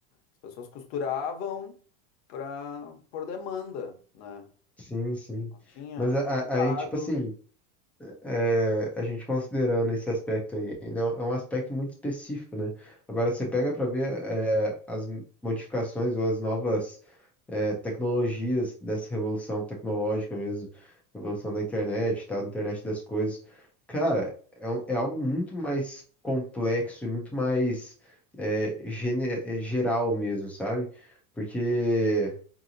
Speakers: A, on the left; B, in the centre.
A: As pessoas costuravam pra, por demanda, né?
B: Sim, sim.
A: Não tinha
B: Mas
A: supermercado.
B: a- a- aí, tipo assim, é, a gente considerando esse aspecto aí, ainda é um é um aspecto muito específico, né? Agora você pega para ver é, as modificações ou as novas é, tecnologias dessa revolução tecnológica mesmo, revolução da internet, tal, da internet das coisas. Cara, é, um- é algo muito mais complexo e muito mais é, gene- é, geral mesmo, sabe? Porque